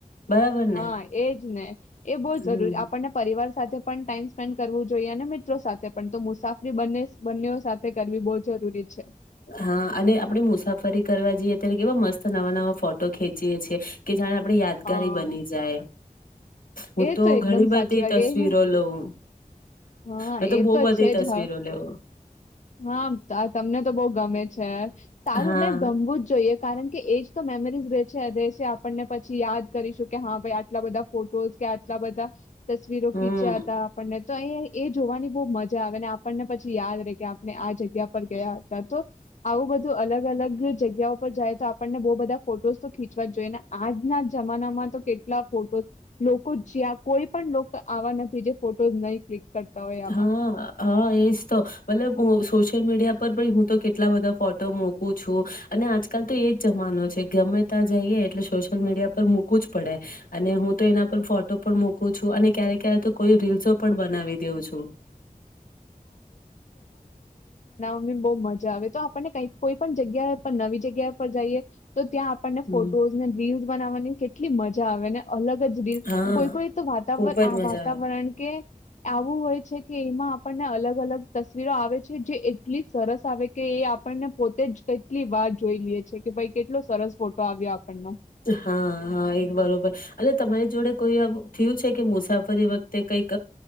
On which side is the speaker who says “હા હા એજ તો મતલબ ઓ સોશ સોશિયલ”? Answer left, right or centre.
Left